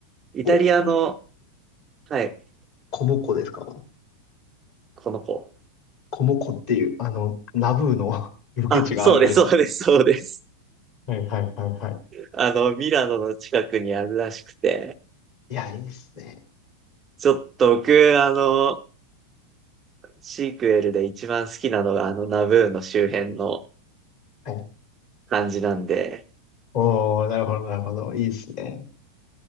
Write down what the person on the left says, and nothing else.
お、もしかして、
コモコですか
コモコっていう、あの、ナブーの <laughs> ロケ地があるらしいです。
はいはいはいはい。
いや、いいっすね。
はい。
おー、なるほどなるほど。いいっすね。